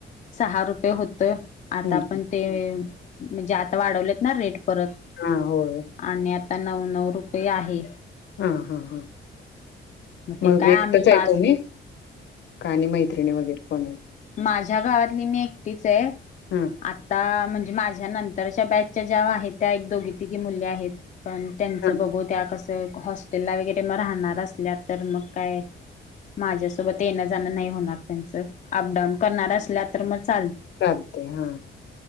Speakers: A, on the left; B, on the left.
A: सहा रुपये होतं आता
B: हं,
A: पण ते म्हणजे आता वाढवलेत ना रेट परत
B: हां, होय.
A: आणि आ आता नऊ नऊ रुपये आहे.
B: हा हा हा. मग
A: ते काय
B: एकटच
A: आम्ही
B: आहे
A: पाच
B: तु मी काणी मैत्रिणी वगैरे कोण आहे.
A: माझ्या गावातली मी एकटीच आहे.
B: हम्
A: आता म्हणजे माझ्या नंतरच्या बॅकच्या ज्या आहेत त्या एक दोघी तिघी मुल्या आहेत. पण त्यांचं
B: हां,
A: बघू त्या कसं हॉस्टेलला वगैरे मग राहणार असल्या तर मग काय. माझ्यासोबत येणं जाणं नाही होणार त्यांचं अपडाऊन करणार असल्या तर मग चाल
B: करते हा